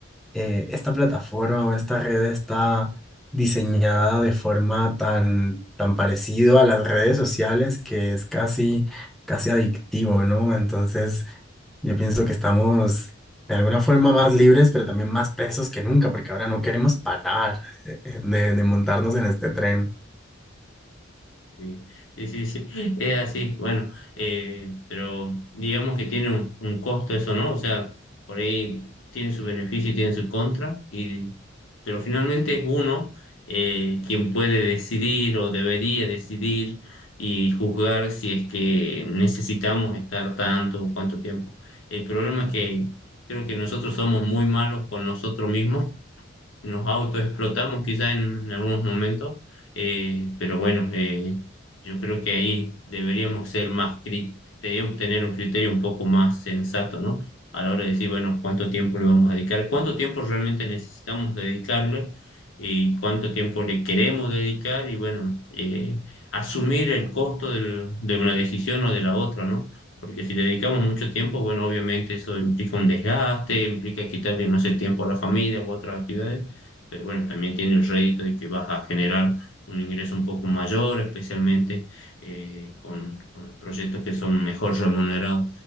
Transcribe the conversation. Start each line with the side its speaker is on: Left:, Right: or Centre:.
Centre: eh, esta plataforma o esta red está diseñada de forma tan, tan parecido a las redes sociales que es casi, casi adictivo, ¿no? Entonces, yo pienso que estamos de alguna forma más libres, pero también más presos que nunca, porque ahora no queremos parar eh, eh, de, de montarnos en este tren.
Left: Sí, sí, sí, sí, <laughs> es así, bueno, eh, pero digamos que tiene un, un costo eso, ¿no? O sea, por ahí tiene su beneficio y tiene su contra, y, pero finalmente es uno eh, quien puede decidir o debería decidir y juzgar si es que necesitamos estar tanto o cuánto tiempo. El problema es que creo que nosotros somos muy malos con nosotros mismos nos autoexplotamos quizás en, en algunos momentos, eh, pero bueno, eh, yo creo que ahí deberíamos ser más, cri- deberíamos tener un criterio un poco más sensato, ¿no? A la hora de decir, bueno, cuánto tiempo le vamos a dedicar, cuánto tiempo realmente necesitamos dedicarle y cuánto tiempo le queremos dedicar y bueno, eh, asumir el costo del- de una decisión o de la otra, ¿no? Porque si le dedicamos mucho tiempo, bueno, obviamente eso implica un desgaste, implica quitarle, no sé, tiempo a la familia u otras actividades pero bueno, también tiene el rédito de que vas a generar un ingreso un poco mayor, especialmente eh, con, con los proyectos que son mejor remunerados.